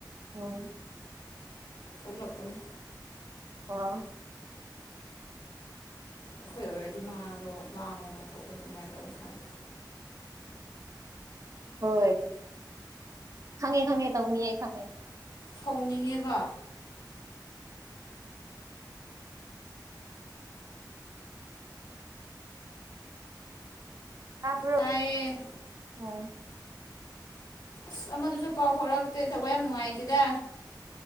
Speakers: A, on the right; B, on the left.
A: ꯑꯣ
B: ꯊ ꯂꯄꯅꯦ
A: ꯑꯣ
B: ꯑꯩꯈꯣꯏ ꯑꯣꯏꯔꯗꯤ ꯃꯥꯗꯣ ꯂꯥꯡꯒꯣꯅ ꯈꯣꯠꯀꯅ ꯑꯗꯨꯃꯥꯏꯅ ꯇꯧꯅ ꯍꯥꯏꯥꯏ
A: ꯍꯣꯏ ꯈꯪꯉꯦ ꯈꯪꯉꯦ ꯇꯧ ꯃꯤꯌꯦ ꯈꯪꯉꯦ
B: ꯁꯥꯎꯅꯤꯡꯉꯤꯕ
A: ꯑꯥꯕ
B: ꯇꯌꯦ
A: ꯑ
B: ꯑꯁ ꯑꯃꯗꯨꯁꯨ ꯄꯥꯎ ꯐꯥꯎꯔꯛꯇꯦ ꯊꯕꯛ ꯌꯥꯝ ꯅꯨꯡꯉꯥꯏꯇꯦꯗ